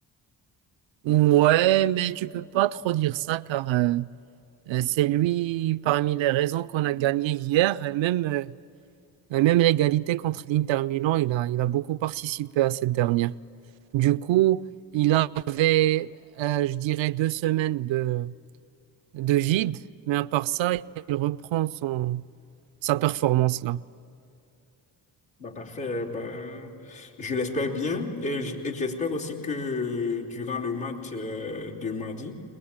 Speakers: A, on the right; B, on the left.
A: Ouais, mais tu peux pas trop dire ça car euh, euh, c'est lui parmi les raisons qu'on a gagné hier et même, euh, et même l'égalité contre l'Inter Milan, il a, il a beaucoup participé à cette dernière. Du coup, il avait, euh, je dirais, deux semaines de, de vide, mais à part ça, il reprend son, sa performance là.
B: Bah, parfait. Bah, je l'espère bien. Et j- et j'espère aussi que durant le match euh, de mardi,